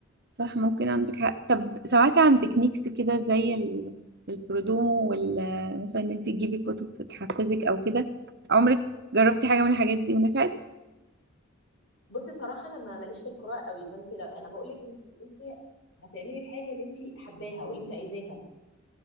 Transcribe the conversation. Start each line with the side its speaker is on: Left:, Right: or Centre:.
Right: صح ممكن عندك حق طب سمعتي عن تكنيكس كده زي ال- البرودومو وال مثلا ان انت تجيبي كتب بتحفزك او كده عمرك جربتي حاجة من الحاجات دي ونفعت
Left: بصي صراحه انا ما ماليش في القراءه قوي فانت لو انا بقول لك انت انت هتعملي الحاجه اللي انت حباها واللي انت عايزاها